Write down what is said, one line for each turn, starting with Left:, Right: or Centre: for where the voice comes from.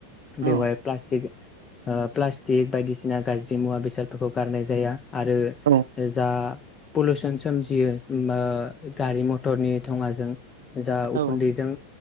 Right: औ
Left: बेवाय प्लास्टिक ओ प्लास्टिक बायदिसिना गाज्रि मुवा बेसादफोरखौ गारनाय जाया। आरो
Right: औ
Left: जा पलोसोन सोमजियो ओमबा गारि मथरनि धङाजों जा
Right: औ
Left: उखुन्दैजों